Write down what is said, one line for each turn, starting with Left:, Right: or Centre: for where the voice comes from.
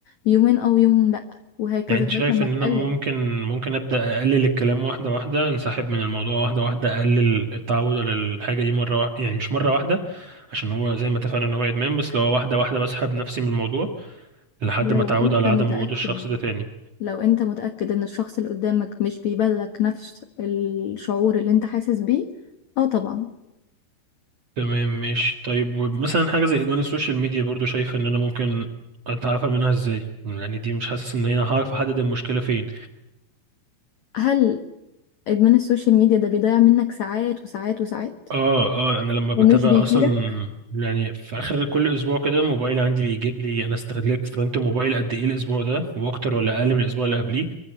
Left: يومين او يوم لا وهكذا
Right: يعني انت
Left: لغاية
Right: شايف
Left: لما
Right: ان
Left: تقلل
Right: انا ممكن ممكن ابدا اقلل الكلام واحده واحده انسحب من الموضوع واحده واحده اقلل التعود على الحاجه دي مره واحده يعني مش مره واحده عشان هو زي ما اتفقنا ان هو ادمان بس لو واحده واحده بسحب نفسي من الموضوع لحد
Left: لو
Right: ما اتعود
Left: انت
Right: على عدم
Left: متأكد
Right: وجود الشخص ده تاني
Left: لو انت متأكد ان الشخص اللي قدامك مش بيبادلك نفس الشعور اللي انت حاسس بيه اه طبعا
Right: تمام ماشي طيب مثلا حاجه زي ادمان السوشيال ميديا برضو شايف ان انا ممكن اتعافى منها ازاي يعني دي مش حاسس ان انا هعرف احدد المشكله فين
Left: هل ادمان السوشيال ميديا ده بيضيع منك ساعات وساعات وساعات
Right: اه اه انا لما بتابع
Left: ومش بيفيدك
Right: اصلا يعني في اخر كل اسبوع كده موبايل عندي بيجيب لي انا استغلت استخدمت موبايل قد ايه الاسبوع ده واكتر ولا اقل من الاسبوع اللي قبليه